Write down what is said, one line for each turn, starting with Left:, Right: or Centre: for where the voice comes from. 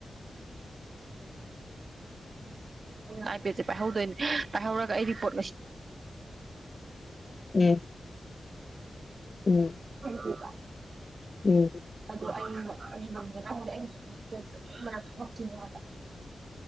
Right: ꯑꯥꯏ ꯄꯦꯠꯁꯦ ꯄꯥꯏꯍꯧꯗꯣꯏꯅꯦ ꯄꯥꯏꯍꯧꯔꯒ ꯑꯩꯗꯤ ꯄꯣꯠ
Left: ꯎꯝ ꯎꯝ
Right: <unintelligible> <unintelligible>
Left: ꯎꯝ
Right: <unintelligible>